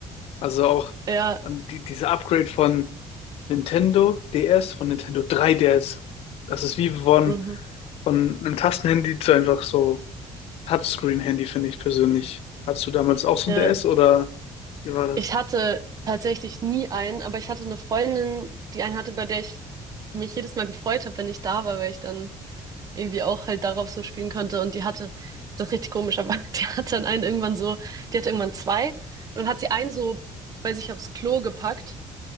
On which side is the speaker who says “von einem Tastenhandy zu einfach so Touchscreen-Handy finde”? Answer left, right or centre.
Left